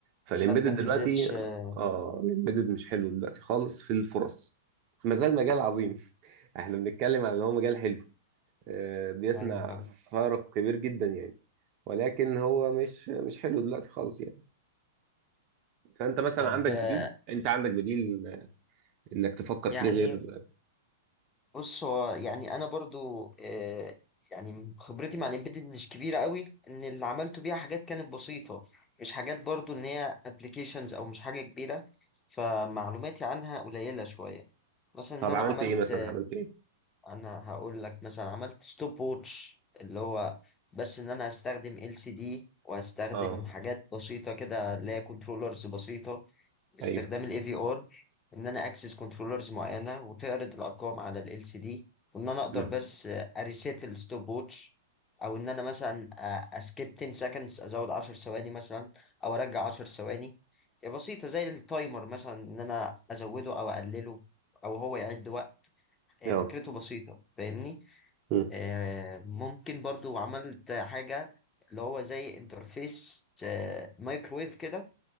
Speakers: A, on the right (about 45°); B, on the left (about 20°).
A: فالامبيدد
B: ما تنفذتش
A: بالظبط دلوقتي كده.
B: آه،
A: اه الامبيدد مش حلو دلوقتي خالص في الفرص ما زال مجال عظيم <laughs> احنا بنتكلم عن ان هو مجال حلو آه، بيصنع
B: ايوه صح
A: فارق كبير جدا يعني ولكن هو مش مش حلو دلوقتي خالص يعني فانت مثلا
B: طيب
A: عندك
B: آه،
A: بديل انت عندك بديل انك تفكر
B: يعني
A: فيه غير
B: بص هو يعني انا برضو آه، يعني خبرتي مع الامبيدد مش كبيره قوي ان اللي عملته بيها حاجات كانت بسيطه مش حاجات برضو ان هي ابلكيشنز او مش حاجه كبيره فمعلوماتي عنها قليله شويه مثلا
A: طب
B: ان انا
A: عملت
B: عملت
A: ايه مثلا عملت ايه
B: انا هقول لك مثلا عملت ستوب ووتش اللي هو بس ان انا هستخدم ال سي دي وهستخدم
A: اه
B: حاجات بسيطه كده اللي هي كنترولرز بسيطه باستخدام
A: ايوه
B: الاي في ار ان انا اكسس كنترولرز معينه وتعرض الارقام على ال سي دي وان انا اقدر
A: مم.
B: بس اريسيت الستوب ووتش او ان انا مثلا اسكيب 10 سكندز ازود 10 ثواني مثلا او ارجع 10 ثواني بسيطه زي التايمر مثلا ان انا ازوده او اقلله او هو يعد وقت
A: اه
B: فكرته بسيطه فاهمني
A: مم.
B: آه، ممكن برضو عملت حاجة اللي هو زي انترفيس آه، مايكرويف كده